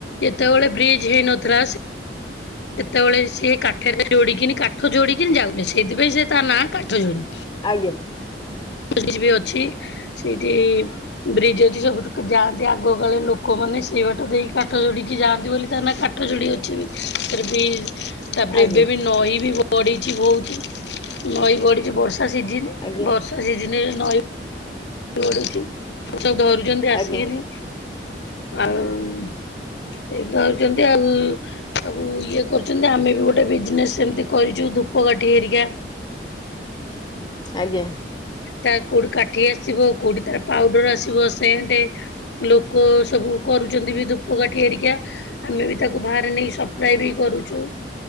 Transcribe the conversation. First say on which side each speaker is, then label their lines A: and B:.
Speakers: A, on the left; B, on the left.
A: ଯେତେବେଳେ ବ୍ରିଜ ହେଇନଥିଲା ସେତେବେଳେ ସେ କାଠରେ ଯୋଡିକିନି କାଠ ଯୋଡିକିନି ଯାଉଥିଲେ ସେଇଥିପାଇଁ ସେ ତା ନାଁ କାଠ ଯୋଡି।
B: ଆଜ୍ଞା।
A: ବ୍ରିଜ୍ ବି ଅଛି ସେଇଠି ବ୍ରିଜ୍ ଅଛି ସବୁଠୁ ଯାଆନ୍ତି ଆଗକାଳେ ଲୋକମାନେ ସେଇ ବାଟ ଦେଇକି କାଠ ଯୋଡିକି ଯାଆନ୍ତି ବୋଲି ତା କା କାଠ ଯୋଡି ଅଛି ଫିର ବି ତାପରେ
B: ଆଜ୍ଞା
A: ଏବେ ବି ନଈ ବି ବଢ଼ିଛି ବହୁତ ନଈ ବଢ଼ିଛି ବର୍ଷା ସିଜନ୍
B: ଆଜ୍ଞା
A: ବର୍ଷା ଆଜି ଦିନରେ ନଈ ଛି ସବୁ ଧରୁଛନ୍ତି ଆସିକିନି
B: ଆଜ୍ଞା
A: ଆଉ ସେଇ ଧରୁଛନ୍ତି ଆଉ ସବୁ ଇଏ କରୁଛନ୍ତି। ଆମେ ବି ଗୋଟେ ବିଜନେସ୍ ସେମିତି କରିଛୁ ଧୂପକାଠି ହେରିକା
B: ଆଜ୍ଞା ଆଜ୍ଞା
A: ତ କୋଉଠି କାଠି ଆସିବ କୋଉଠି ତାର ପାଉଡର ଆସିବ ସେଣ୍ଟେ ଲୋକ ସବୁ କରୁଛନ୍ତି ବି ଧୂପ କାଠି ଆରିକା ଆମେ ବି ତାକୁ ବାହାରେ ନେଇ ସ ଟ୍ରାଏ
B: ଆଜ୍ଞା
A: ବି କରୁଛୁ